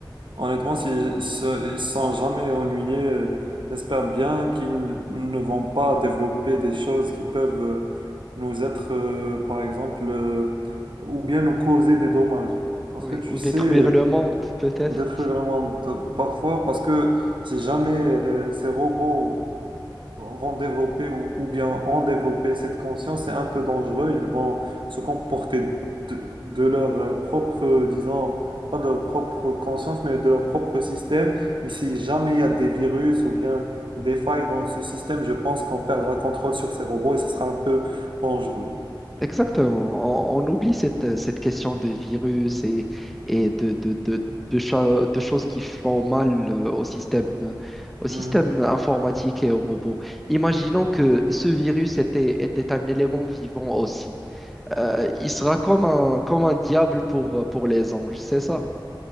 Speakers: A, on the right (about 75°); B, in the centre.
A: Honnêtement, s'ils se, ils se sentent jamais ennuyés, euh, j'espère bien qu'ils ne vont pas développer des choses qui peuvent euh, nous être, euh, par exemple, euh, ou bien nous causer des dommages. Parce
B: Oui,
A: que tu
B: ou détruire
A: sais,
B: le monde, peut-être.
A: détruire le monde euh, parfois, parce que si jamais euh, ces robots vont développer ou, ou bien ont développé cette conscience, c'est un peu dangereux. Ils vont se comporter de, de leur euh, propre, disons, pas de leur propre conscience, mais de leur propre système. Et si jamais il y a des virus ou bien des failles dans ce système, je pense qu'on perdra contrôle sur ces robots et ce sera un peu dangereux.
B: Exactement. On, on oublie cette, euh, cette question de virus et, et de, de, de, de, cho- de choses qui font mal euh, au système, euh, au système
A: Mhm.
B: informatique et aux robots. Imaginons que ce virus était, était un élément vivant aussi. Euh, il sera comme un, comme un diable pour, euh, pour les anges, c'est ça?